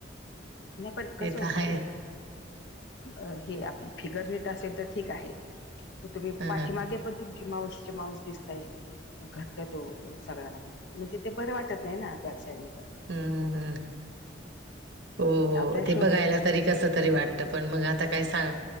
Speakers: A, on the left; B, on the right.
A: नाही पण कसं होतं
B: तर आहे
A: एक अ हे आपली फिगर रेट असेल तर ठीक आहे. तर तुम्ही
B: ह
A: पाठीमागे पण तुमची माऊसचे माऊस दिसताये घट्ट तो सगळा आणि म्हणजे ते बर वाटत नाही ना बॅक साईडनी पण.
B: हम्म हम्म हम्म. हो
A: म्हणजे
B: हो
A: आपल्याला
B: ते
A: शोध
B: बघायला तरी कस तरी वाट त पण मग आता काय सांग